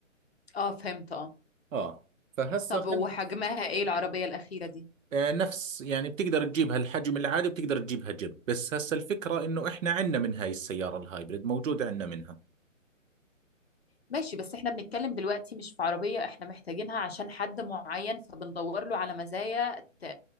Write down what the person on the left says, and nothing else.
اه فهمت اه
طب
وحجمها ايه العربية الأخيرة دي
ماشي بس احنا بنتكلم دلوقتي مش في عربية احنا محتاجينها عشان حد معين فبندور له على مزايا ت...